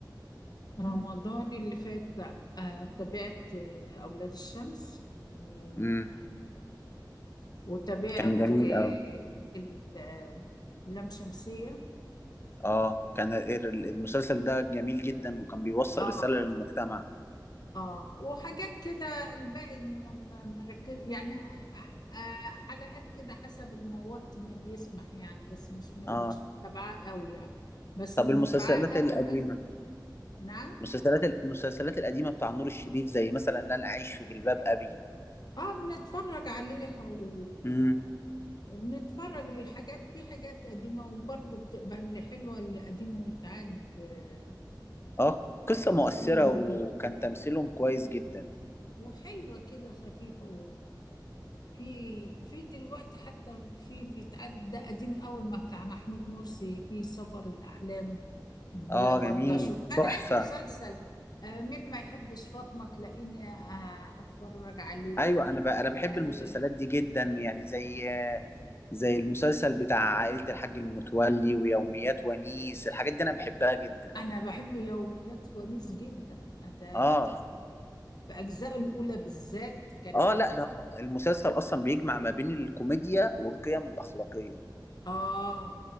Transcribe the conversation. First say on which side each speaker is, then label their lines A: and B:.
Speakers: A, on the left; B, on the left.
A: رمضان اللي فات آه، تابعت آه، أولاد الشمس و...
B: امم
A: وتابعت
B: كان جميل
A: آه،
B: أوي
A: ال- آه، اللام شمسية
B: اه كان ال- المسلسل ده جميل جدا وكان بيوصل
A: اه
B: رسالة للمجتمع
A: اه وحاجات كده الباقي ما ما- ما ركز يعني أ- أ- حلقات كده حسب الم- وقت ما بيسمح يعني بس مش مر-
B: اه
A: مش متابعاه قوي يعني بس
B: طب
A: اللي
B: المسلسلات
A: متابعاه قوي
B: القديمة
A: ولازم نعم
B: مسلسلات المسلسلات القديمة بتاع نور الشريف زي مثلا لن أعيش في جلباب أبي
A: اه بنتفرج عليها و...
B: امم
A: وبنتفرج للحاجات في حاجات قديمة وبرضه بتبقى اللي حلوة اللي قديم ويتعاد آه،
B: اه قصة مؤثرة
A: في
B: وكان تمثيلهم كويس جدا
A: وحلوة كده خفيفة في في دلوقتي حتى في بيتعدى قديم قوي ما بتاع محمود مرسي في سفر الأحلام ده
B: اه
A: برضه
B: جميل
A: أشوف أنا
B: تحفة
A: أي مسلسل آه، مين ما يحبش فاطمة تلاقيني آه، أتفرج عليه
B: ايوه انا ب... انا بحب
A: آه،
B: المسلسلات دي جدا يعني زي زي المسلسل بتاع عائلة الحاج المتولي ويوميات ونيس الحاجات دي انا بحبها جدا
A: أنا بحب يوميات ونيس جدا ده
B: اه
A: في أجزائه الأولى بالذات كانت
B: اه لا ده المسلسل اصلا بيجمع ما بين الكوميديا والقيم الأخلاقية
A: آه